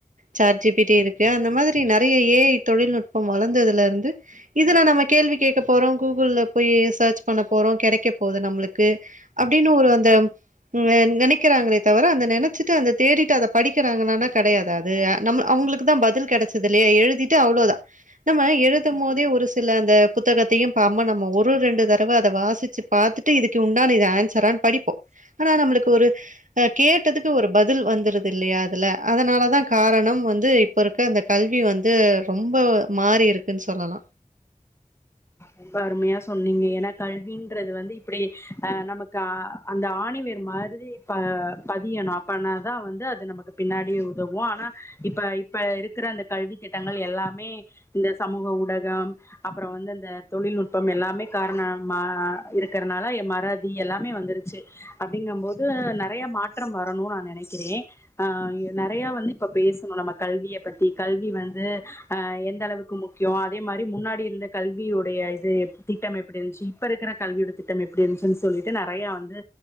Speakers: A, on the right (about 65°); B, on the left (about 20°).
A: சாட் ஜி பி டி இருக்கு அந்த மாதிரி நிறைய ஏ ஐ தொழில்நுட்பம் வளந்ததுல இருந்து இதெல்லா நம்ம கேள்வி கேட்க போறோம் கூகுள்ள போய் சர்ச் பண்ண போறோ கெடைக்க போகுது நம்மளுக்கு அப்படின்னு ஒரு அந்த அ நெனைக்கிறாங்களே தவிர அந்த நெனைச்சிட்டு அந்த தேடிட்டு அத படிக்கிறாங்கன்னா கிடையாது அது நம் அவங்களுக்கு தா பதில் கெடச்சது இல்லையா எழுதிட்டு அவ்வளோதா நம்ம எழுதும் போதே ஒரு சில அந்த புத்தகத்தையு பாம நம்ம ஒரு ரெண்டு தடவ அத வாசி ச்சு பாத்துட்டு இதுக்கு உண்டான இது ஆன்சரான் படிப்போம் ஆனா நம்மளுக்கு ஒரு அ கேட்டதுக்கு ஒரு பதில் வந்துருது இல்லையா அதுல அதனாலதா காரணம் வந்து இப்ப இருக்க அந்த கல்வி வந்து ரொம்ப மாறி இருக்குன் சொல்லலா
B: ரொம்ப அருமையா சொன்னீங்க ஏன்னா கல்வின்றது வந்து இப்படி அஹ் நமக்கு அந்த ஆணிவேர் மாதிரி பதியணும் அப்பனாதான் வந்து அது நமக்கு பின்னாடி உதவும் ஆனா இப்ப இப்ப இருக்கிற அந்த கல்வி திட்டங்கள் எல்லாமே இந்த சமூக ஊடகம் அப்புறம் வந்து தொழில்நுட்பம் எல்லாமே காரணமா இருக்கிறதுனால மறதி எல்லாமே வந்துருச்சு அப்படிங்கபோது நிறைய மாற்றம் வரணும்னு நான் நினைக்கிறேன் ஹ நிறைய வந்து இப்ப பேசணும் நம்ம கல்வியை பத்தி கல்வி வந்து ஹ எந்த அளவுக்கு முக்கியம் அதே மாதிரி முன்னாடி இருந்த கல்வி கல்வியுடைய இது திட்டம் எப்படி இருந்துச்சு இப்ப இருக்கிற கல்வியோட திட்டம் எப்படி இருந்துச்சுன்னு சொல்லிட்டு நிறைய வந்து